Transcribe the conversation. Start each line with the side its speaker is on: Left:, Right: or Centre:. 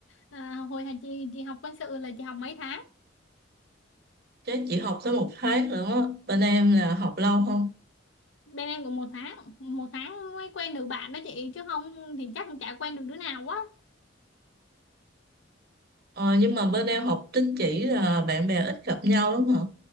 Left: à, hồi thầy chị chị học quân sự là chị học mấy tháng
Right: Chứ chị học tới một tháng nữa á. bên em là học lâu không
Left: bên em cũng một tháng một tháng mới quen được bạn đó chị chứ không thì chắc cũng chả quen được đứa nào quá
Right: ờ, nhưng mà bên em học tín chỉ là bạn bè ít gặp nhau lắm hả